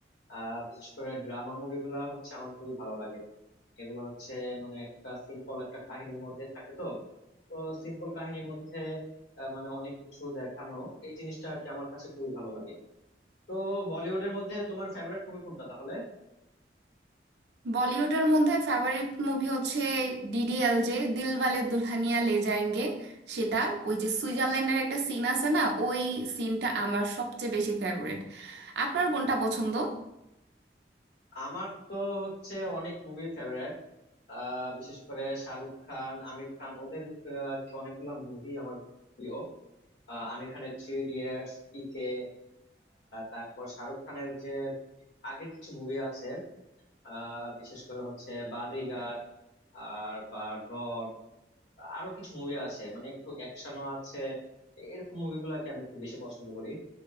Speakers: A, on the left; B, on the right.
A: আহ বিশেষ করে ড্রামা মুভিগুলো হচ্ছে আমার খুবই ভালো লাগে এগুলো হচ্ছে মানে একটা সিম্পল একটা কাহিনীর মধ্যে থাকে তো তো সিম্পল কাহিনীর মধ্যে আহ, মানে অনেক কিছু দেখানো এই জিনিসটা আর কি আমার কাছে খুবই ভালো লাগে তো বলিউডের মধ্যে তোমার ফেভারিট মুভি কোনটা তাহলে
B: বলিউডের মধ্যে ফেভারিট মুভি হচ্ছে ডিডিএলজে দিলওয়ালে দুলহানিয়া লে যায়েঙ্গে সেটা ওই যে সুইজারল্যান্ডের একটা সিন আছে না ওই সিনটা আমার সবচেয়ে বেশি ফেভারিট আপনার কোনটা পছন্দ
A: আমার তো হচ্ছে অনেক মুভি ফেভারিট বিশেষ করে শাহরুখ খান আমির খান ওদের আহ, আর কি অনেকগুলো মুভি আমার প্রিয় আহ, আমির খানের থ্রি ইডিয়টস পিকে তারপর শাহরুখ খানের যে আগের কিছু মুভি আছে আহ, বিশেষ করে হচ্ছে বাজিগার আর বা ডন আরো কিছু মুভি আছে মানে একটু অ্যাকশনও আছে এরকম মুভিগুলোকে আমি একটু বেশি পছন্দ করি